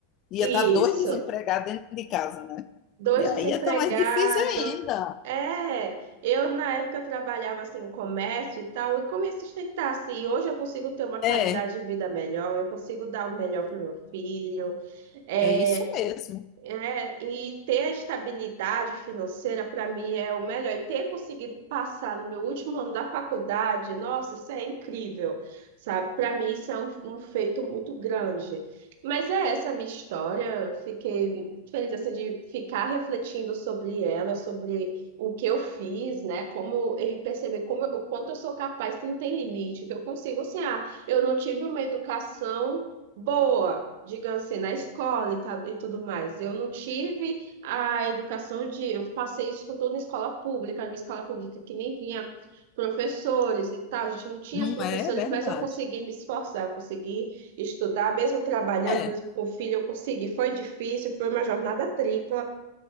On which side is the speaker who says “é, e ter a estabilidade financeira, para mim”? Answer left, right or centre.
Right